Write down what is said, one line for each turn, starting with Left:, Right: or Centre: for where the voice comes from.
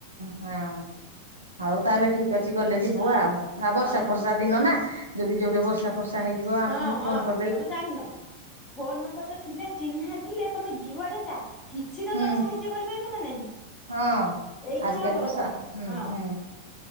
Right: ହଁ ହଉ ତାହେଲେ ଠିକ ଅଛି ଗଲେ ଯିବୁ
Left: ହଁ
Right: ଆଉ ଆଉ ବର୍ଷା
Left: ହଁ।
Right: ଫର୍ଷା ଦିନ ନା ଯଦି ଯୋଉଠି ବର୍ଷା ଫର୍ଷା ହେଇଯିବ ଆମେ
Left: ହଁ ହଁ
Right: ଫୋନ କ
Left: ତମେ ଜାଣିନ ଫୋନ ନମ୍ବର ଟା ଥିଲେ ଚିହ୍ନା ଥିଲେ ତମେ ଯୁଆଡେ ଯା। କିଛି ତ
Right: ହୁଁ
Left: ଜଣେ ସାହାଯ୍ୟ କରିପାରିବ ନା ନାଇଁ।
Right: ହଁ
Left: ଏଇଟା
Right: ଆଜିିକାଲି
Left: ହେଲା ବଡ
Right: ତ ସା
Left: କଥା
Right: ହୁଁ
Left: ହଁ
Right: ହୁଁ।